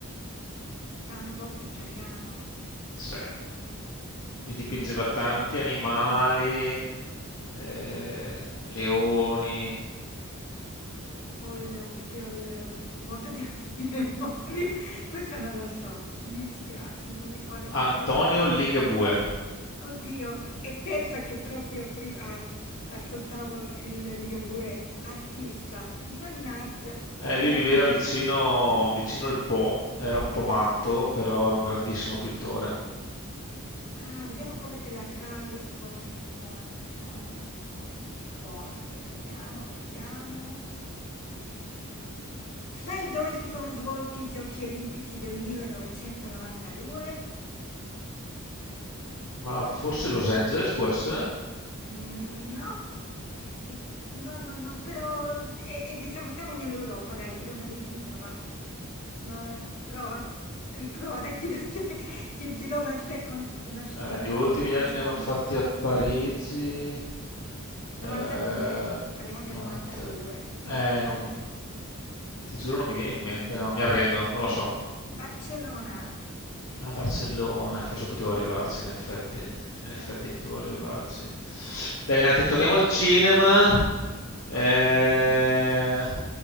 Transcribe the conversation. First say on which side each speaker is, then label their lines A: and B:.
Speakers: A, on the left; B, on the left.
A: Van Gogh italiano.
B: Sì. Gli
A: Mannaggia.
B: dipingeva tanti animali, eh, leoni.
A: Ho il proprio il vuoto de <laughs> di memoria. Questa non la so, mi spiace, non me lo ricordo proprio.
B: Antonio Ligabue.
A: Oddio, e pensa che proprio prima ascoltavo il Ligabue artista. Mannaggia,
B: Eh,
A: non...
B: lui viveva vicino, vicino al Po, era un po' matto, però è un grandissimo pittore.
A: Ah, vediamo come te la cavi con, con, con, con sport. Vediamo, vediamo. Sai dove si sono svolti i Giochi Olimpici del 1992?
B: Ma forse Los Angeles può essere?
A: Mhmm, no. Di no, no, no, però e e diciamo siamo nell'Europa, dai, ti do un aiutino, va. No, prova, riprova, dai, ti do <laughs> ti ti do una second una s
B: Eh,
A: una
B: gli ultimi
A: second
B: li, han-
A: chance.
B: li hanno fatti a Parigi.
A: 92,
B: Eh,
A: parliamo del
B: 90.
A: 92.
B: Eh, non... Ti giuro non mi viene in mente, no, mi arrendo, non lo so.
A: Barcellona.
B: A Barcellona, forse potevo
A: Eccia,
B: arrivarci, in effetti. In
A: eh.
B: effetti potevo arrivarci. Dai, un attimo, torniamo al cinema. Eh,
A: Okay,